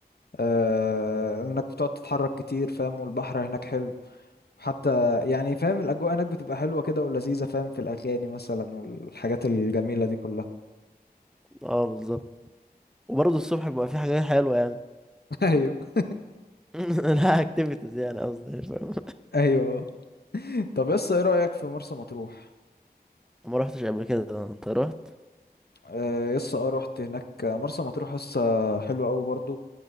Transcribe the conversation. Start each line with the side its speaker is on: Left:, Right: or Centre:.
Left: آه انك بتقعد تتحرك كتير فاهم والبحر هناك حلو حتى يعني فاهم الأجواء هناك بتبقى حلوة كده ولذيذة فاهم في الأغاني مثلا والحاجات الجميلة دي كلها
Centre: اه بالظبط وبرضه الصبح بيبقى في حاجات حلوه يعني
Left: <laughs> أيوه
Centre: <laughs> لا اكتيفيتيز يعني قصدي فاهم؟
Left: أيوه طب يس إيه رأيك في مرسى مطروح؟
Centre: ما روحتش قبل كده انت رحت
Left: آه، يس اه رحت هناك مرسى مطروح يس حلوة أوي برضو